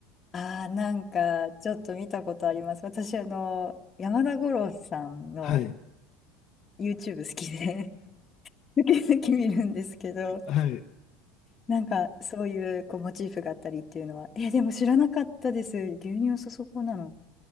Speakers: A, on the left; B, on the left.
A: ああー、なんかちょっと見たことあります。私、あの、山田五郎さんの
B: はい。
A: YouTube 好きで、<laughs> 抜き抜き見るんですけど、
B: はい。
A: なんかそういうこうモチーフがあったりっていうのは、え、でも知らなかったです。牛乳そそこなの。